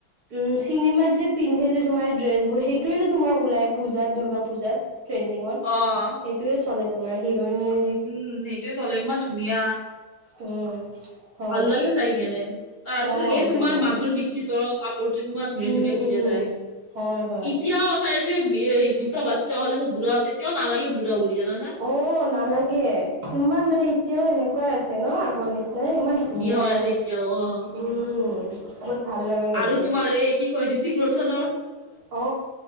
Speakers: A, on the right; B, on the left.
A: উম' চিনেমাত যে পিন্ধে যে তোমাৰ ড্ৰেছবোৰ, সেইটোয়ো তোমাৰ ওলাই পূজাত দুৰ্গা পূজাত। ট্ৰেণ্ডিংত,
B: অ',
A: সেইটোয়ে চলে তোমাৰ হি'ৰইনিয়ে
B: উম' সেইটোয়ে চলে ইমান ধুনীয়া
A: উম হয়
B: ভাল লাগে চাই কেনে, তাৰ পিছত
A: অ
B: এই তোমাৰ
A: ভাল লাগে
B: মাধুৰী দীক্ষিতৰ কাপ পুৰ ইমান ধুনীয়া
A: উম
B: - ধুনীয়া পিন্ধে
A: উম
B: তাই
A: হয় হয়
B: এতিয়াও তাইৰ যে বে দুটা বাচ্ছা হ'লে বুঢ়া হ'ল, তেতিয়াও নালাগে বুঢ়া বুলি জানানে?
A: অ, নালাগে ইমান মানে এতিয়াও এনেকুৱাই আছে ন' আগৰ নিচ নাই ইমান ধুনীয়া
B: হৈ আছে এতিয়াও অ'।
A: উম, ভাল লগা কিন্তু
B: আৰু তোমাৰ এই কি কয় ঋতিক ৰোচনৰ
A: অ,